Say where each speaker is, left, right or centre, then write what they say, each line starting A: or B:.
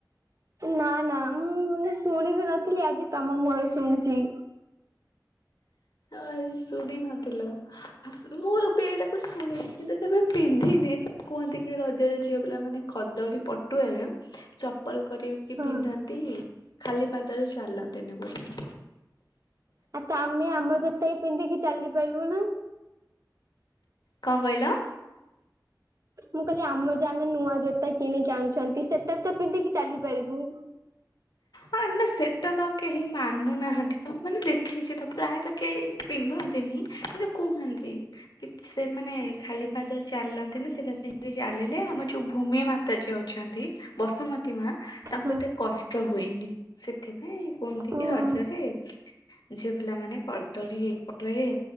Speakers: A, on the right; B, on the left.
A: ନା ନା ମୁଁ ମାନେ ଶୁଣିବି ନଥିଲି ଆଜି ତମ ମୁହଁରୁ ଶୁଣିୁଛି।
B: ଆ ଶୁଣ ନଥିଲ ମୁଁ ବି ଏଇଟାକୁ ଶୁଣିଛିି କିନ୍ତୁ କେବେ ପିନ୍ଧିନି ସେ କୁହନ୍ତି କି ରଜରେ ଝିଅ ପିଲାମାନେେ କଦଳୀ ପଟୁଆରେ ଚପଲ କରିକି
A: ହଁ
B: ପିନ୍ଧନ୍ତି ଖାଲି ପାଦରେ ଚାଲନ୍ତିନି ବୋଲି।
A: ଆ ତ ଆମେ ଆମ ଜୋତାଇ ପିନ୍ଧିକି ଚାଲି ପାରିବୁ ନା।
B: କଣ କହିଲ?
A: ମୁଁ କହିଲି ଆମର ଯାହା ଆମେ ନୂଆ ଜୋତା କିଣିକି ଆଣୁଛନ୍ତି ସେଟା ବି ତ ପିନ୍ଧିକି ଚାଲିପାରିବୁ।
B: ହଁ ନା ସେଟା ତ କେହି ମାନୁନାହାନ୍ତି ତ ମାନେ ଦେଖେଇଛି ତ ପ୍ରାୟତ କେହି ପିନ୍ଧନ୍ତିନି କିନ୍ତୁ କୁହନ୍ତି। କି ସେ ମାନେ ଖାଲି ପାଦରୁ ଚାଲନ୍ତି ନା ସେଟା ପାଇଁ ଚାଲିଲେ ଆମ ଯୋଉ ଭୂମି ମାତା ଯିଏ ଅଛନ୍ତି, ବସୁମତୀ ମା ତାଙ୍କୁ
A: ହଁ
B: ଏତେ କଷ୍ଟ ହୁଏନି ସେଥିପାଇଁ କୁହନ୍ତି
A: ଓହୋ
B: କି ରଜରେ ଝିଅ ପିଲାମାନୋନ କରଦଳୀପଟରେ